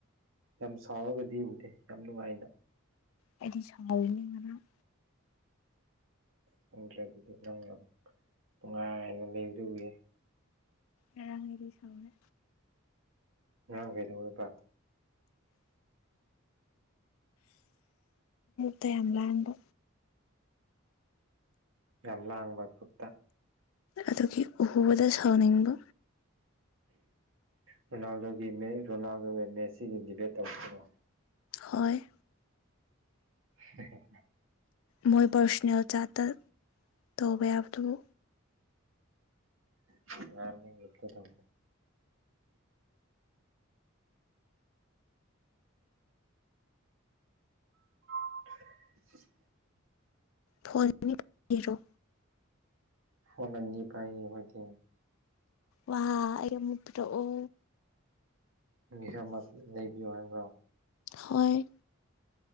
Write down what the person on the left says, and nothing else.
ꯍꯥꯏꯗꯤ ꯁꯥꯏꯔꯤꯅꯤ ꯉꯥꯡ
ꯑꯦꯔꯥꯡ ꯑꯦꯔꯤ ꯁꯅ
ꯇ ꯌꯥꯝ ꯌꯥꯝ ꯂꯕ
ꯑꯗꯨꯒꯤ ꯎꯍꯨꯕꯗ ꯁꯥꯥꯎꯅꯤꯡꯕ
ꯍꯣꯏ
ꯃꯣꯏ ꯄꯥꯔꯁꯣꯅꯦꯜ ꯆꯥꯠꯇ ꯇꯧꯕ ꯌꯥꯕꯗꯨꯕꯨ
ꯐꯣꯟꯅꯤꯕꯤꯔꯣ
ꯋꯥ ꯑꯠꯇ꯭ꯔ ꯑꯣ
ꯍꯣꯏ